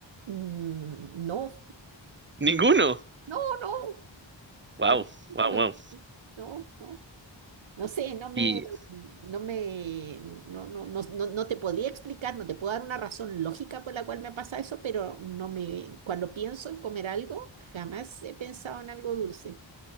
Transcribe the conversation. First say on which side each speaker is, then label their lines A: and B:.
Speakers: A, on the right; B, on the right.
A: mm, no,
B: Ninguno.
A: no, no,
B: Wow,
A: no, me gustan
B: wow,
A: los
B: wow.
A: dulces, no, no. No sé, no me,
B: Y
A: no me, no, no, no, no, no te podría explicar, no te puedo dar una razón lógica por la cual me pasa eso, pero no me, cuando pienso en comer algo, jamás he pensado en algo dulce.